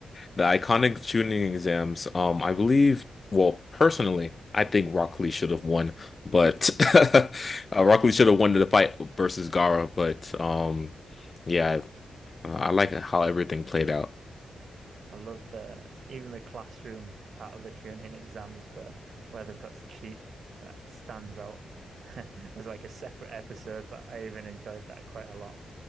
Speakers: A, on the left (about 40°); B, on the right (about 70°).
A: The
B: Eh,
A: iconic Chunin exams. Um, I believe, well, personally, I think Rock Lee should have won, but <laughs> uh, Rock Lee should have won the fight versus Gaara, but um yeah, I, I like how everything played out.
B: I love the even the classroom part of the tuning exams where where they've got to cheat. That stands out <laughs> as like a separate episode, but I even enjoyed that quite a lot.